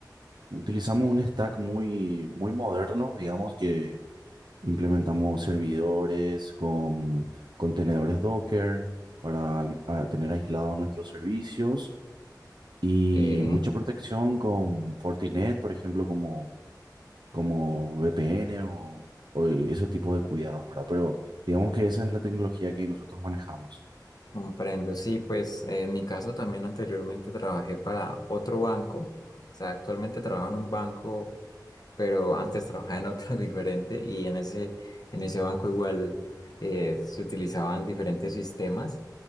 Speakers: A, on the right (about 85°); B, on the left (about 65°).
A: utilizamos un stack muy, muy moderno, digamos que Implementamos servidores con contenedores Docker para al- a tener aislados nuestros servicios y
B: sí,
A: mucha protección con Fortinet, por ejemplo, como, como VPN o, o ese tipo de cuidados, ¿verdad? Pero digamos que esa es la tecnología que nosotros manejamos.
B: comprendo. Sí, pues, eh, en mi caso también anteriormente trabajé para otro banco, o sea, actualmente trabajo en un banco pero antes trabajaba en otro <laughs> diferente y en ese, en ese banco igual eh, se utilizaban diferentes sistemas.